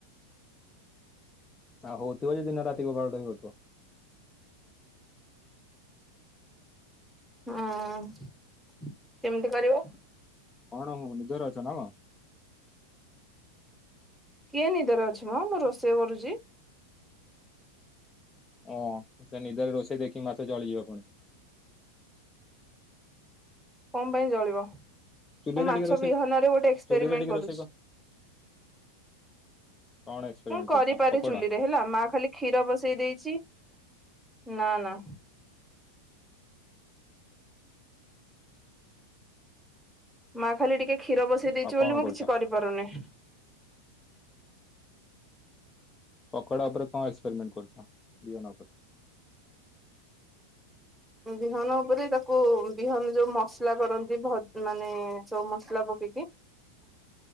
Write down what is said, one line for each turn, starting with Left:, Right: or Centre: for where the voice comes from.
Left: ଆଉ ହୋଉଥିବ‌ ଯେ ଦିନ ରାତି କୋଉ ବାଳଟାକୁ ହୋଇଥିବ।
Centre: ହୁଁ କେମିତି କରିବ?
Left: କଣ ମୋ ନିଦରେ ଅଛ ନା କଣ?
Centre: କିଏ ନିଦରେ ଅଛି ମ ମୁଁ ରୋଷେଇ କରୁଛି।
Left: ଓଁ ସେ ନିଦରେ ରୋଷେଇ ଦେଖିକି ମାଛ ଜଳିଯିବ ପୁଣି।
Centre: କଣ ପାଇଁ ଜଳିବ।
Left: ଚୁଲିରେ
Centre: ମୁଁ ମାଛ
Left: ଟିକେ ରୋଷେଇ
Centre: ବିହନରେ ଗୋଟେ ଏକ୍ସପେରିମେଣ୍ଟ
Left: ଚୁଲିରେ ଟିକେ
Centre: କରୁଛି।
Left: ରୋଷେଇ କର। କଣ ଏକ୍ସପେରିମେଣ୍ଟ
Centre: ମୁଁ କରିପାରେ
Left: କରୁଛ ପକୋଡା
Centre: ଚୁଲିରେ ହେଲା ମା ଖାଲି କ୍ଷୀର ବସେଇ ଦେଇଛି ନା ନା ମା ଖାଲି ଟିକେ କ୍ଷୀର ବସେଇ ଦେଇଛି
Left: ଆଉ କଣ
Centre: ବୋଲି ମୁଁ
Left: କରୁଛ
Centre: କିଛି କରିପାରୁନି।
Left: ପକୋଡା ଉପରେ କଣ ଏକ୍ସପେରିମେଣ୍ଟ କରୁଛ ବିହନ ଉପରେ।
Centre: ବିହନ ଉପରେ ତାକୁ ବିହନ ଯୋଉ ମସଲା କରନ୍ତି ଭ ମାନେ ଯୋଉ ମସଲା ପକେଇକି।